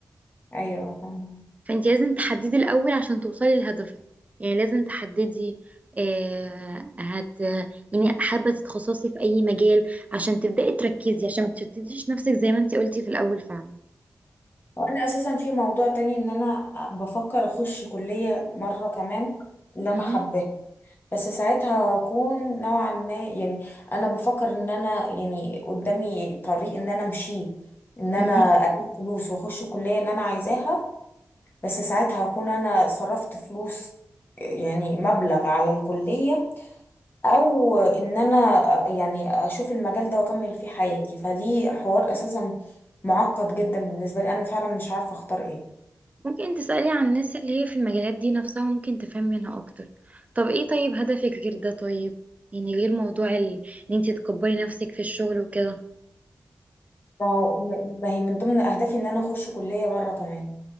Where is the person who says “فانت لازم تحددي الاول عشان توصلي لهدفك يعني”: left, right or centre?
Right